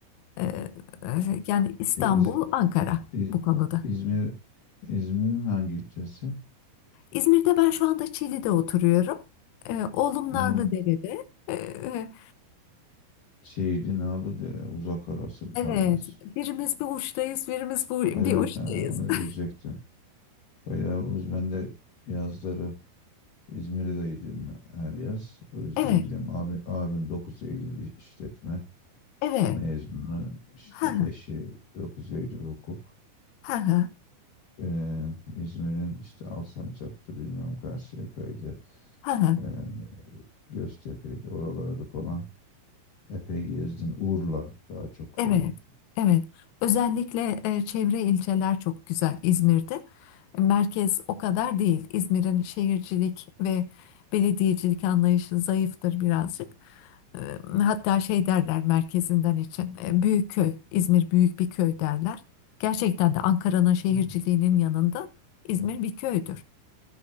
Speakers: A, on the left (about 85°); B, on the left (about 55°).
A: E, e,
B: Ha,
A: yani İstanbul,
B: İz-
A: Ankara
B: İz-
A: bu konuda.
B: İzmir İzmir'in hangi ilçesi?
A: İzmir'de ben şu anda Çiğli'de oturuyorum. E, oğlum
B: Ha,
A: Narlıdere'de. E, e,
B: Çiğli, Narlıdere, Uzak arasın,
A: evet,
B: aranız.
A: birimiz bir uçtayız, birimiz bu bir
B: Evet,
A: uçtayız.
B: ha, onu
A: <laughs>
B: diyecektim. Bayağı uz. Ben de yazları İzmir'deydim her yaz. O yüzden
A: Evet,
B: bilim abi, abim dokuz Eylül işletme
A: evet.
B: mezunu. işte
A: Ha ha
B: eşi dokuz Eylül hukuk.
A: ha
B: Ee, İzmir'in işte Alsancak'tı bilmem Karşıyaka'ydı.
A: ha.
B: Ee, Göztepe'ydi oralarda falan. Epey gezdim. Urla daha çok
A: Evet,
B: benim.
A: evet. Özellikle e, çevre ilçeler çok güzel İzmir'de. Merkez o kadar değil. İzmir'in şehircilik ve belediyecilik anlayışı zayıftır birazcık. E, hatta şey derler merkezinden için. e, büyük köy, İzmir büyük bir köy derler. Gerçekten de Ankara'nın şehirciliğinin
B: Hmm.
A: yanında İzmir bir köydür.